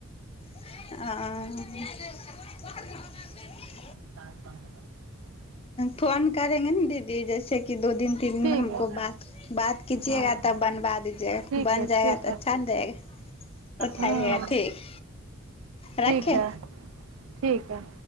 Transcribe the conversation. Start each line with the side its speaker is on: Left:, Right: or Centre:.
Left: आ
Right: <inaudible> <unintelligible>
Left: फोन करेंगे ने दीदी जैसे दू दिन तीन दिनमे
Right: ठीक
Left: हमको
Right: है
Left: बात बात कीजएगा
Right: हँ
Left: तब बनबा दीजएगा
Right: ठीक
Left: बन
Right: है
Left: जाएगा
Right: ठीक
Left: तऽ
Right: है
Left: अच्छा न रहेगा उठाइएगा
Right: हूँ
Left: ठीक रखें
Right: ठीक है ठीक है